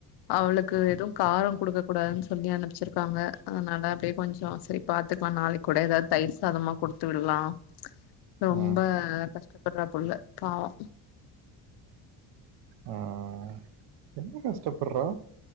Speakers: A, on the left; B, on the right.
A: அவளுக்கு எதுவும் காரம் குடுக்க கூடாதுன்னு சொல்லி அனுப்பிச்சிருக்காங்க அதனால அப்டே கொஞ்சம் சரி பாத்து ப்பா நாளை கூட ஏதாவது தைச அதாதமா குடுத்து விடலாம் ரொம்ப
B: ம்
A: கஷ கஷ்டப்படுற புள்ள பாவோ
B: ஆ ஆ என்ன கஷ்டப்படுறா